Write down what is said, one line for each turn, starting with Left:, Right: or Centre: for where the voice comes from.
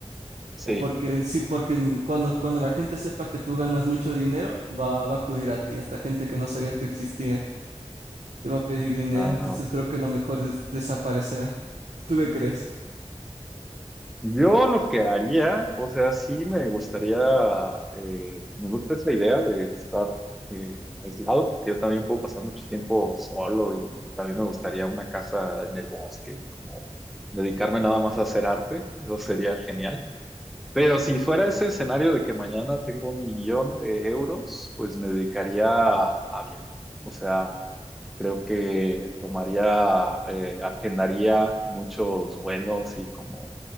Centre: Sí.
Right: O porque sí, porque en- cuando, cuando la gente sepa que tú ganas mucho dinero, va, va a acudir a ti, hasta gente que no sabías que existía, te va a pedir dinero,
Centre: Ah,
Right: entonces
Centre: ok.
Right: creo que lo mejor es desaparecer. ¿Tú qué crees?
Centre: Yo lo que haría, o sea, sí me gustaría, eh, me gusta esa idea de estar eh, aislado, que yo también puedo pasar mucho tiempo solo y también me gustaría una casa en el bosque y como dedicarme nada más a hacer arte, eso sería genial. Pero si fuera ese escenario de que mañana tengo un millón de euros, pues me dedicaría a viajar. O sea, creo que tomaría, eh, agendaría muchos vuelos y como